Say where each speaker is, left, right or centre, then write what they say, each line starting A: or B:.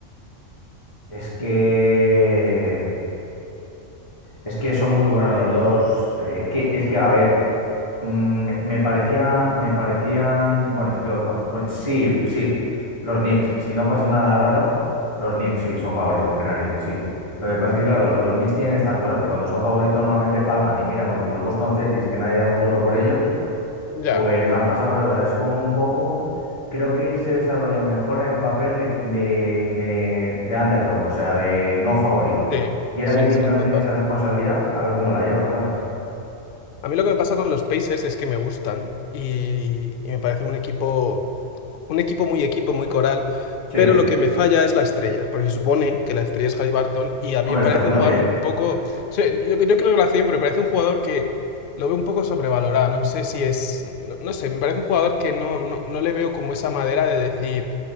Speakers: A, on the left; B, on the left.
A: Es que es que son muy buenos los dos. Eh, Es que, es que a ver, mm, me, me parecía, me parecían, bueno, es que los, ba- bueno, sí, sí, los Knicks, si no pasa nada raro, los Knicks sí son favoritos, qué narices, sí. Lo que pasa es que, claro, los Knicks tienen estas cosas, que cuando son favoritos normalmente palman y mira contra los Boston Celtics que nadie daba un duro por ellos,
B: Ya,
A: pues han pasado, ¿sabes? O sea, es como un poco, creo que se desarrollan mejor en el papel de, de, de, de underdog, o sea, de no favorito.
B: sí,
A: Y ahora
B: sí,
A: que tiempo
B: sí,
A: van
B: total.
A: a tener esa responsabilidad, a ver cómo la llevan, ¿sabes?
B: A mí lo que me pasa con los Pacers es que me gustan y, y me parecen un equipo, un equipo muy equipo, muy coral,
A: Sí,
B: pero lo que me falla es la estrella, porque se supone que la estrella es Haliburton y a mí
A: hombre,
B: me parece
A: lo está haciendo
B: un jugador
A: bien.
B: un poco, o sea, yo, yo creo que lo hace bien, pero me parece un jugador que lo veo un poco sobrevalorado, no sé si es, no, no sé, me parece un jugador que no, no, no le veo como esa madera de decir